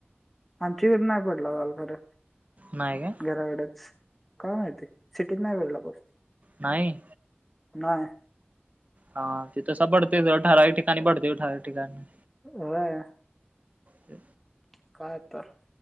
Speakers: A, in the centre; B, on the right (about 40°).
A: आमच्या इकड नाही पडला काल खरं
B: नाही काय
A: घराकडच काय माहिती सिटीत नाही पडला पाउस.
B: नाही.
A: नाहीय.
B: हा तो तसा पडतंय व्हय ठराविक ठिकाणी पडतोय ठराविक ठिकाणी
A: होय
B: ते
A: काय तर